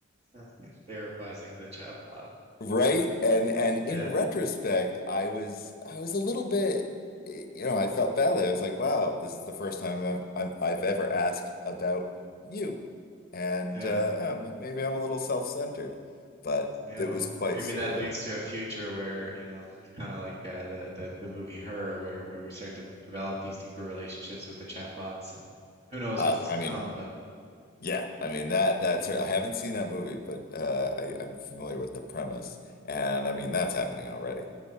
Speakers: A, on the right; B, on the left.
A: Uh, It's therapizing the chatbot.
B: Right? And and
A: Yeah,
B: in retrospect, I was I was a little bit eh, you know, I felt badly. I was like, wow, this is the first time I've I've, I've ever asked about you. And
A: yeah,
B: uh yeah, m- maybe I'm a little self-centered, but
A: yeah.
B: it was
A: Well,
B: quite
A: maybe
B: surreal.
A: that leads to a future where you know, kind of like uh, the, the the movie Her, where where we start to develop these deeper relationships with the chatbots, and who knows
B: Um,
A: what's
B: I
A: to come.
B: mean,
A: But
B: yeah, I mean that that's
A: you
B: I
A: know,
B: haven't seen that movie, but uh I, I'm familiar with the premise. And I mean
A: yeah.
B: that's happening already.